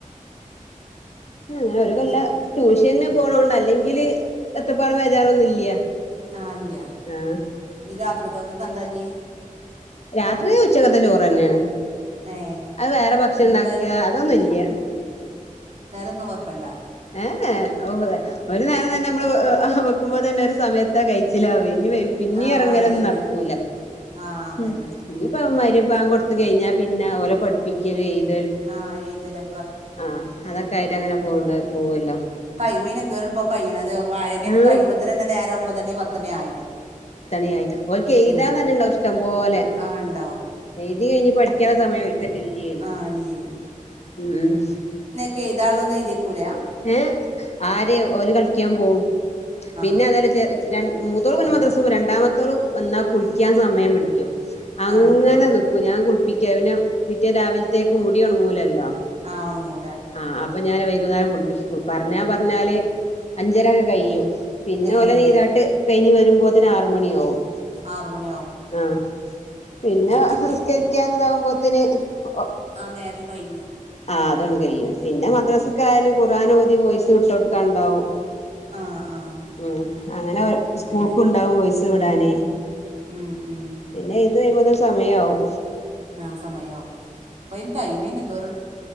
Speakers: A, on the left; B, on the right.
A: അങ്ങെനെ ഒര്
B: അത്
A: കൊല്ലം
B: ശരി
A: ട്യൂഷെന്ന് പോണോണ്ട് അല്ലെങ്കിൽ ബെത്തപ്പാടും ബെജാറും ഒന്നും ഇല്ല
B: ആഹ് ഇല്ല്യാ
A: ആ
B: ഇഞ്ഞ് രാത്രിക്കൊക്കെ എന്താഞ്ഞ്
A: രാത്രിക്ക് ഉച്ചക്കെത്തെ ചോറെന്നെയാണ്
B: ഏ
A: അയ് വേറെ ഭക്ഷണം
B: രണ്ടു
A: ഇണ്ടാക്കാ
B: നേരം
A: അതൊന്നും ഇല്ല
B: ന്നും വെക്കെണ്ട
A: ഏഹ് ഏഹ് ഓഹ് ഒര് നേരം തെന്നെ നമ്മെൾ വെ ക്കുമ്പോ തെന്നെ ഒര് സമയെത്താ കഴിച്ചിൽ ആവെയ് ഇഞ്ഞ് വൈ പിന്നിം
B: ആ
A: എറങ്ങലൊന്നും
B: അതന്നെ
A: നടക്കൂലാ
B: ആ അതന്നെ
A: ഉം ഇഞ്ഞ് ഇപ്പം മഹ്‌രി ബാങ്ക് കൊട്ത്ത് കെഴിഞ്ഞാ പിന്നെ ഓലെ പഠിപ്പിക്കെൽ എഴ്
B: ആഹ് എഴ്തലൊ
A: ആഹ് അതൊക്കെ ആയിറ്റ് അങ്ങനെ പോവ്ണ്ട് പോവോല്ലോ
B: ടൈമ് അയിന് എന്തോര് എൾപ്പാ കയ്യ്ണെത് വായനൊക്കെ
A: ആ
B: കയ്യുമ്പോത്തിനെന്നെ നേരം ഒമ്പെത് മണി പത്തെണി ആയി
A: ണി ആയി ഓൽക്ക് എഴ്താൻ
B: ഉം
A: തന്നെ ഇണ്ടാവും ഇഷ്ടം പോലെ
B: ആ ഉണ്ടാവും
A: എഴ്തി കഴിഞ്ഞ് പഠിക്കാള്ളെ സമയം ഒൽക്കെറ്റെ ഇല്ലെയ്നും
B: ആ ഇല്ലേനു
A: ഉം
B: എഴ്താള്ളൊന്നും എഴ്തിവെക്കൂലാ
A: ഏഹ് ആര് ഓൽ കൾക്ക്യാൻ പോവും പിന്നെ
B: ആ
A: അത് അല്ല ചെറെ ചെ രൺ മൂത്തോൾ പിന്നെ മദ്രസ് പോവും രണ്ടാമത്തോൾ വന്നാ കുളിക്ക്യാൻ സമയം പിടിക്കും അങ്ങനെ
B: ആഹ് ആഹ്
A: നിക്കും ഞാൻ കുൾപ്പിക്ക്യാ പറിം പിന്നെ പിറ്റേ രാവിൽത്തേക്ക് മുടി ഒണങ്ങൂലല്ലോ
B: ആഹ് ഒണങ്ങൂ
A: ആഹ് അപ്പ ഞാൻ വൈകുന്നേരം കുൾപ്പിക്കും പർണാ പർണാൽ അഞ്ചര ഒക്കെ കയ്യും പിന്നെ
B: ഏഹ്
A: ഓലെ നീരാട്ട് കഴിഞ്ഞ് വെരുമ്പോത്തിന് ആറ് മണിയാവും
B: ആറ് മണിയാവും
A: ആഹ് പിന്നെ
B: ഏഹ്
A: നിസ്കരിക്കാൻ ഇതാവുമ്പോത്തിന് ഓ
B: ആ നേരം കഴിഞ്ഞു
A: ആ അതൊണ്ട് കഴിയും പിന്നെ മദ്രാസക്കായയാലും ഖറാന പോ വിട്ടോടുക്കാണ്ടാവും
B: ആഹ് ആഹ്
A: ഉം അങ്ങനെ
B: അതന്നെ
A: സ്കൂൾക്ക് ഉണ്ടാവും പയിസ് വിടാന്
B: ഉം ഉം
A: പിന്നെ ഇത് കഴിയ്പോത സമയവും
B: ആ സമയയാവും അപ്പയിന്റെ അൈമന എന്തോര